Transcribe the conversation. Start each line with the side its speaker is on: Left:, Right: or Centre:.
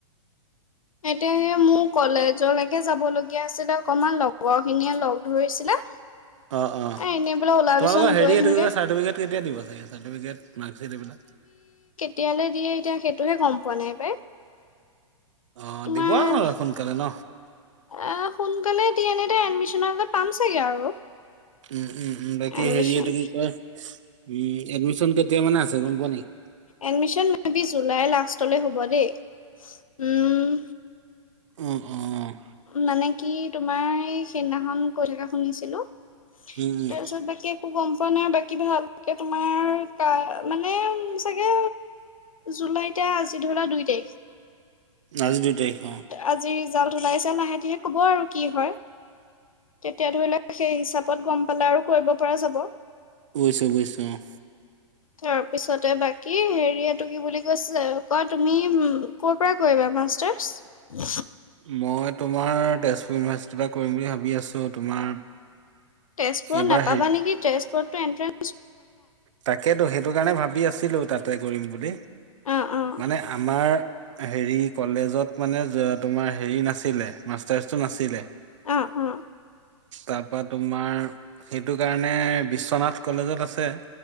Left: এতিয়াহে মোৰ কলেজলৈকে যাব লগগীয়া আছিলে। অকমান লগৰ খিনিয়ে লগ ধৰিছিলে।
Right: অ অ।
Left: এ এনেই বোলে ওলাবিচোন
Right: তোমালোকৰ হেৰি
Left: গৈ আহিমগে।
Right: এইটো চাৰ্টিফিকেট কেতিয়া দিব চাগে চাৰ্টিফিকেট মাৰ্কশ্বিট এইবিলাক।
Left: তিয়ালৈ দিয়ে এতিয়া সেইটোহে গম পোৱা নাই পাই।
Right: অ
Left: তোমাৰ
Right: দিব হ সোনকালে ন।
Left: আহ সোনকালে এ দিয়ে নিদে এডমিচনৰ আগত পাম চাগে আৰু।
Right: উম উম উম বাকী
Left: এডমিশন
Right: হেৰি এইটো কি কয় উম এডমিশন কেতিয়া মানে আছে গম পোৱা নেকি?
Left: এডমিশন মে বি জুলাই লাষ্টলৈ হ'ব দেই। উম
Right: উম, উম, উম,
Left: মানে। কি তোমাৰ এই সেইদিনাখন কৈ থকা শুনিছিলো
Right: উম
Left: তাৰপিছত বাকী একো গম মানে বাকী ভালকে তোমাৰ ক মানে চাগে, জুলাইতে আজি ধৰা দুই তাৰিখ।
Right: আজি দুই তাৰিখ অ।
Left: আজি ৰিজাল্ট ওলাইছে লাহে লাহে ক'ব আৰু কি হয়। তেতিয়া ধৰি লও সেই হিচাপত গম পালে আৰু কৰিব পৰা যাব।
Right: অৱশ্যে অৱশ্যে অ।
Left: তাৰ পিছতে বাকি হেৰিয়টো কি বুলি কৈছে কোৱা তুমি কৰ' পৰা কৰিবা মাষ্টাৰ্ছ।
Right: মই তোমাৰ তেজপুৰ ইউনিভাৰ্চিটিৰ পৰা কৰিম বুলি ভাবি আছো তোমাৰ
Left: তেজপুৰত
Right: এইবাৰ
Left: নাপাবা নেকি তেজপুৰতটো এণ্ট্ৰেন্
Right: তাকেইেতো সেইটো কাৰণে ভাবি আছিলো তাতে কৰিম বুলি।
Left: অ', অ',
Right: মানে আমাৰ হেৰি কলেজত মানে তোমাৰ হেৰি নাছিলে মাষ্টাৰ্চটো নাছিলে ত
Left: অ', অ',
Right: তাৰপৰা তোমাৰ সেইটো কাৰণে বিশ্বনাথ কলেজত আছে।